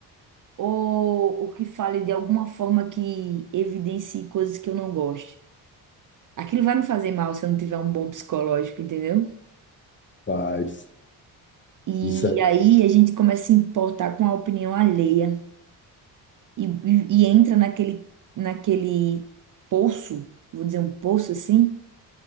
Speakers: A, on the right; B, on the left.
A: ou, ou que fale de alguma forma que evidencie coisas que eu não gosto. Aquilo vai me fazer mal se eu não tiver um bom psicológico, entendeu?
B: Faz.
A: E
B: Isso é.
A: aí a gente começa a se importar com a opinião alheia. e, e- e entra naquele, naquele poço, vou dizer um poço assim,